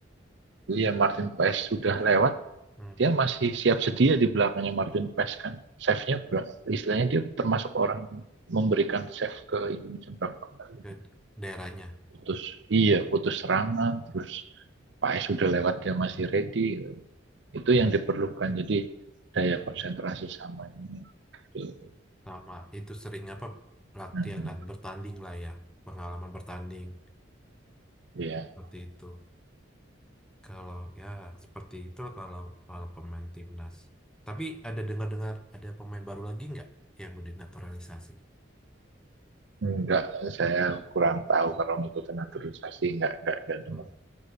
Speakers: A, on the right; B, in the centre.
A: Liam Martin Paes sudah lewat,
B: Hmm.
A: dia masih siap sedia di belakangnya Martin Paes kan. Save-nya ber- istilahnya dia termasuk orang yang memberikan save ke Indonesia berapa kali
B: Ke daerahnya.
A: putus iya putus serangan terus Paes sudah lewat dia masih ready itu
B: Ya,
A: yang diperlukan jadi daya konsentrasi sama ini gitu.
B: sama itu sering apa latihan
A: Nah,
B: dan bertanding lah ya pengalaman bertanding
A: ya
B: seperti itu kalau ya seperti itu kalau kalau pemain timnas tapi ada dengar-dengar ada pemain baru lagi nggak yang mau dinaturalisasi
A: nggak saya kurang tahu kalau ngikutin naturalisasi nggak nggak nggak dengar
B: Hmm,